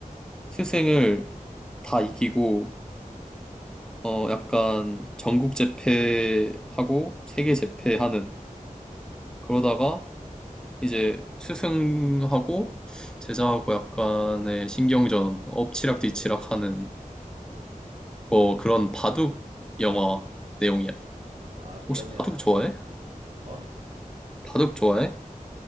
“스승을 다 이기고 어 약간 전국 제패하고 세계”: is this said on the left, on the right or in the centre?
Centre